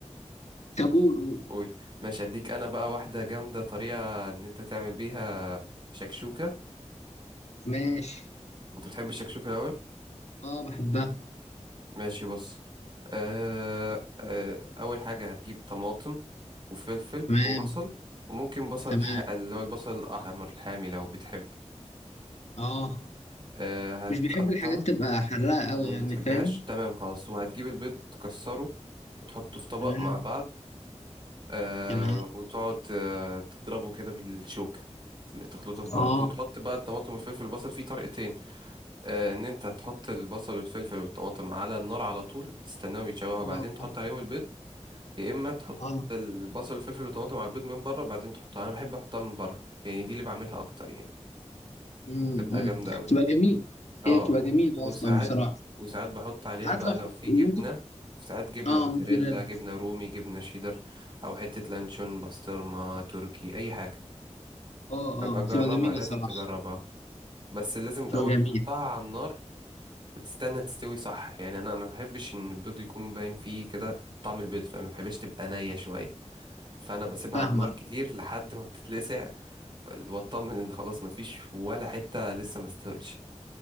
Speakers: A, on the left (about 65°); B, on the right (about 40°).
A: طب قول قول
B: قول ماشي أديك أنا بقى واحدة جامدة طريقة إن أنت تعمل بيها شكشوكة
A: ماشي
B: انت بتحب الشكشوكة الاول
A: اه بحبها
B: ماشي بص آه آه اول حاجة هتجيب طماطم وفلفل
A: تمام
B: وبصل وممكن بصل
A: تمام
B: الح... اللي هو البصل الاحمر الحامي لو بتحب
A: اه
B: آه هتقطع
A: مش بحب الحاجات تبقى حراقه قوي
B: ما
A: يعني
B: بتحبهاش
A: فاهم
B: تمام خلاص وهتجيب البيض تكسره وتحطه في طبق
A: تمام
B: مع بعض آه
A: تمام
B: وتقعد آه تضربه كده بالشوكة اللي تخلطه في بعض
A: اه
B: وتحط بقى الطماطم والفلفل والبصل في طريقتين آه، ان انت تحط البصل والفلفل والطماطم على النار على طول تستناهم يتشوحوا بعدين
A: اه
B: تحط عليهم البيض يا اما تحط
A: اه
B: البصل والفلفل والطماطم على البيض من بره بعدين تحطها انا بحب احطها من بره يعني دي اللي بعملها اكتر يعني
A: امم
B: تبقى
A: امم
B: جامده قوي
A: بتبقى جميل
B: اه
A: هي بتبقى جميلة
B: وساعات
A: أصلا بصراحة
B: وساعات بحط عليها
A: ساعات
B: بقى
A: لو
B: لو
A: ح-
B: في
A: ممكن
B: جبنه ساعات جبنه
A: اه
B: موتزاريلا
A: موتزاريلا
B: جبنه رومي جبنه شيدر او حته لانشون بسطرمه تركي اي حاجه
A: اه
B: فابقى
A: اه
B: جربها
A: بتبقى جميلة
B: لازم
A: صراحة
B: تجربها بس لازم الاول
A: بتبقى جميلة
B: تحطها على النار وتستنى تستوي صح يعني انا ما بحبش ان البيض يكون باين فيه كده طعم البيض فما بحبش تبقى نية شوية فانا بسيبها
A: فاهمة
B: على النار كتير لحد ما بتتلسع ف- واطمن ان خلاص ما فيش ولا حتة لسه ما استوتش